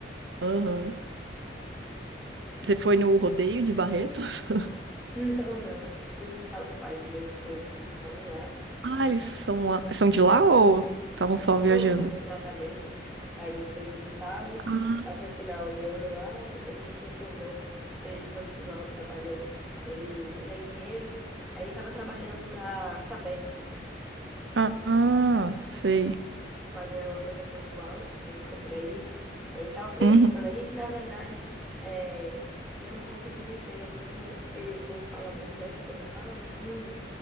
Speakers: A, on the right; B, in the centre.
A: Aham. Você foi no rodeio de Barretos? <laughs>
B: <laughs> Não, não. Fui visitar os pais do meu esposo, que eles estavam lá.
A: Ah, eles são lá, são de lá ou estavam só
B: Não,
A: viajando?
B: eu estava em tratamento, a gente foi visitá-los,
A: Ah,
B: passou o final de ano lá e depois a gente retornou para ele continuar o trabalho aí. Ele, ele é engenheiro, aí ele estava trabalhando na Sabesp,
A: ah, ah, sei.
B: fazendo uma coisa pontual, aí ficou por aí, aí a gente estava aproveitando.
A: Uhum.
B: A gente, na verdade, é, tinha um pouco de receio assim, né? Porque o povo fala muito, né, de São Paulo e tudo,